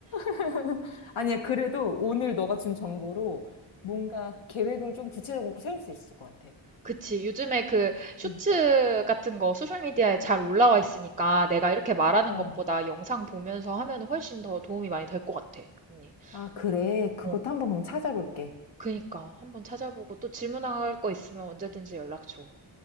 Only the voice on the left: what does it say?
<laughs> 아니야, 그래도 오늘 너가 준 정보로 뭔가 계획을 좀 구체적으로 세울 수 있을 것 같아.
응.
어.
아, 그래. 그것도
한번 그럼 찾아볼게.